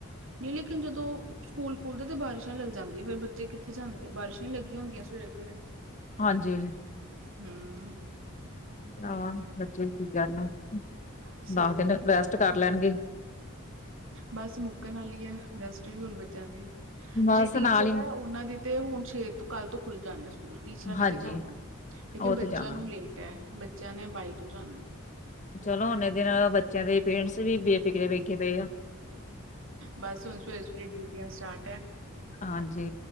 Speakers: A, on the right; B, on the left.
A: ਨਹੀਂ ਲੇਕਿਨ ਜਦੋਂ ਸਕੂਲ ਖੁਲਦੇ ਤਾਂ ਬਾਰਿਸ਼ਾਂ ਲੱਗ ਜਾਂਦੀ ਹੈ ਫੇਰ ਬੱਚੇ ਕਿੱਥੇ ਜਾਂਦੇ ਆ ਬਾਰਿਸ਼ਾਂ ਹੀ ਲੱਗੀਆਂ ਹੁੰਦੀਆਂ ਸਵੇਰੇ ਫ
B: ਹਾਂਜੀ
A: ਹੂੰ
B: ਆਹ ਬੱਚੇ ਕੀ ਕਰਨ
A: ਸਹੀ
B: ਦਸ ਦਿਨ
A: ਗੱਲ
B: ਰੈਸਟ ਕਰ ਲੈਣ।
A: ਬਸ ਮੁੱਕਣ ਵਾਲੀ ਹੈ ਰੈਸਟ ਵੀ ਹੁਣ ਬੱਚਿਆਂ ਦੀ।
B: ਬਸ
A: ਜੇ ਟੀਚਰ
B: ਨਾਲ ਹੀ
A: ਹੈ ਉਹਨਾ ਦੀ ਤੇ ਹੁਣ ਛੇ ਤੋਂ ਕੱਲ੍ਹ ਤੋਂ ਖੁੱਲ ਜਾਣੇ ਆ ਸਕੂ ਸਕੂਲ ਟੀਚਰਾਂ ਨੇ
B: ਹਾਂਜੀ
A: ਤਾਂ ਜਾਣਾ ਹੈ ਲੇਕਿਨ
B: ਉਹ
A: ਬੱਚਿਆਂ
B: ਤੇ ਜਾਣਾ
A: ਨੂੰ ਲੇਟ ਹੈ ਬੱਚਿਆਂ ਨੇ ਬਾਈ ਤੋਂ ਜਾਣਾ।
B: ਚਲੋ ਓਹਨੇ ਦਿਨ ਨਾਲ ਬੱਚਿਆਂ ਦੇ ਪੇਰੈਂਟਸ ਵੀ ਬੇਫਿਕਰੇ ਵੇਖੇ ਪਏ ਆ।
A: ਬਸ ਹੁਣ ਸਵੇਰੇ-ਸਵੇਰੇ ਡਿਊਟੀਆਂ ਸਟਾਰਟ ਹੈ
B: ਹਾਂਜੀ